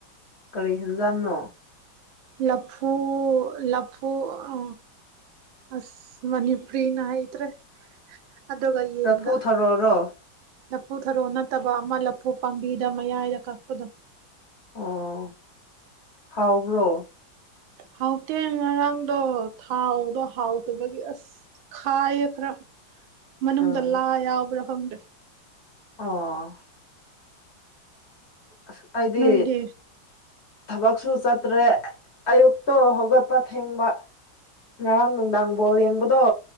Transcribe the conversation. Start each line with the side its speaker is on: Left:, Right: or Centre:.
Left: ꯀꯔꯤ ꯌꯦꯟꯖꯥꯡꯅꯣ
Right: ꯂꯐꯨ ꯂꯐꯨ ꯑ ꯑꯁ ꯃꯅꯤꯄ꯭ꯔꯤꯅ ꯍꯩꯇ꯭ꯔꯦ ꯑꯗꯨꯒ ꯌꯦꯟꯒ
Left: ꯂꯐꯨ ꯊꯔꯣꯔꯣ
Right: ꯂꯐꯨ ꯊꯔꯣ ꯅꯠꯇꯕ ꯑꯃ ꯂꯐꯨ ꯄꯥꯝꯕꯤꯗ ꯃꯌꯥꯏꯗ ꯀꯛꯄꯗꯣ
Left: ꯑꯣ ꯍꯥꯎꯕ꯭ꯔꯣ
Right: ꯍꯥꯎꯇꯦ ꯉꯔꯥꯡꯗꯣ ꯊꯥꯎꯗꯣ ꯍꯥꯎꯇꯕꯒꯤ ꯑꯁ ꯈꯥꯏꯌꯦ ꯈꯔ ꯃꯅꯨꯡꯗ
Left: ꯎꯝ
Right: ꯂꯥ ꯌꯥꯎꯕ꯭ꯔꯥ ꯈꯪꯗꯦ
Left: ꯑꯣ ꯑꯁ ꯑꯩꯗꯤ
Right: ꯅꯣꯏꯗꯤ
Left: ꯊꯕꯛꯁꯨ ꯆꯠꯇ꯭ꯔꯦ ꯑꯌꯨꯛꯇꯣ ꯍꯧꯒꯠꯄ ꯊꯦꯡꯕ ꯉꯔꯥꯡ ꯅꯨꯡꯗꯥꯡ ꯕꯣꯜ ꯌꯦꯡꯕꯗꯣ